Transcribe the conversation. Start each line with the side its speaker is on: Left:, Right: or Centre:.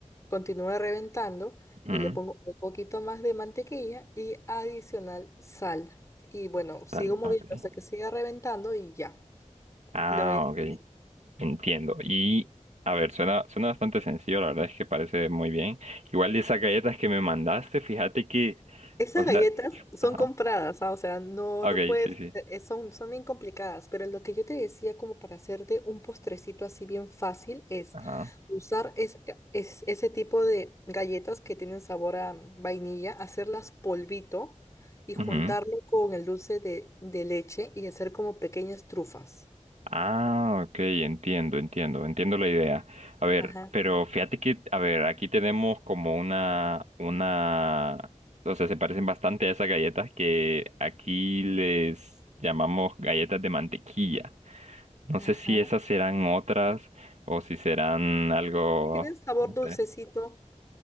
Left: Continúo reventando
Right: mm,
Left: y le pongo un poquito más de mantequilla y adicional sal. Y bueno, sigo
Right: dale,
Left: moviendo
Right: ok.
Left: hasta que siga reventando y ya.
Right: Ah,
Left: Lo voy a hacer.
Right: ok. Entiendo. Y a ver, suena, suena bastante sencillo, la verdad es que parece muy bien. Igual de esas galletas que me mandaste, fíjate que,
Left: Esas
Right: o
Left: galletas
Right: sea,
Left: son
Right: ajá,
Left: compradas, ah, O sea, no,
Right: ok,
Left: no puedes,
Right: sí, sí,
Left: eh, son, son bien complicadas, pero lo que yo te decía como para hacerte un postrecito así bien fácil es
Right: ajá,
Left: usar es, es- ese tipo de galletas que tienen sabor a vainilla, hacerlas polvito y juntarlo
Right: ujú.
Left: con el dulce de, de leche y hacer como pequeñas trufas.
Right: Ah, ok, entiendo, entiendo, entiendo la idea. A ver,
Left: Ajá,
Right: pero fíjate que, a ver, aquí tenemos como una, una, o sea, se parecen bastante a esas galletas que aquí les llamamos galletas de mantequilla. No
Left: ajá.
Right: sé si esas serán otras o si serán algo,
Left: Y tienen sabor
Right: no
Left: dulcecito.
Right: sé.